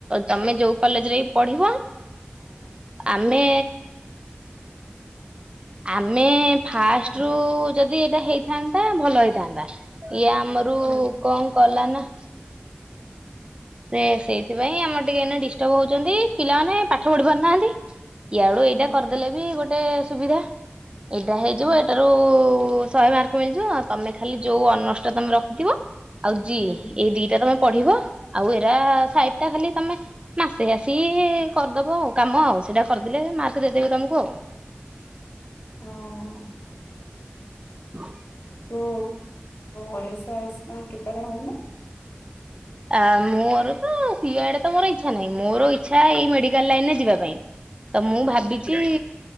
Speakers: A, on the right; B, on the left.
A: ତମେ ଯୋଉ କଲେଜରେ ବି ପଢିବ ଆମେ ଆମେ ଫାଷ୍ଟ ରୁ ଯଦି ଏଇଟା ହେଇଥାନ୍ତା ଭଲ ହେଇଥାନ୍ତା। ଇଏ ଆମର
B: ହୁଁ
A: କଣ କଲା ନା ସେ ସେଇଥିପାଇଁ ଆମର ଟିକେ ଏ ଡିଷ୍ଟର୍ବ ହଉଛନ୍ତି ପିଲାମାନେେ ପାଠପଢି ପାରୁନାହାନ୍ତି। ୟାଡୁ
B: ହୁଁ
A: ଏଇଟା କରିଦେଲେ ବି ଗୋଟେ ସୁବିଧା ଏଇଟା ହେଇଯିବ।
B: ହୁଁ
A: ଏଇଟାରୁ ଶହେ ମାର୍କ ମିଳିଯିବ ତମେ ଖାଲି ଯୋଉ ଅନର୍ସଟା ତମେ ରଖିଥିବ ଆଉ ଜି
B: ହୁଁ
A: ଏଇ ଦିଟା ତମେ ପଢିବ। ଆଉ ଏରା ସାଇଡଟା ଖାଲି ତମେ ମାସେ ଆସି କରିଦବ ଆଉ କାମ ଆଉ ସେଇଟା କରିଦେଲେ। ମାର୍କ ଦେଇଦେବେ ତମକୁ ଆଉ।
B: ହଁ।
A: ହ
B: ତ ଓଏସ୍ ଆଏସ୍ ପାଇଁ ପ୍ରିପେର ହଉ ନ?
A: ଆ ମୋର ତ ସିଆଡେ ତ ମୋର ଇଛା ନାହିଁ ମୋର ଇ୍ଛା ଏଇ ମେଡିକାଲ ଲାଇନରେ ଯିବା ପାଇଁ। ତ ମୁଁ
B: ହୁଁ
A: ଭାବିଛି,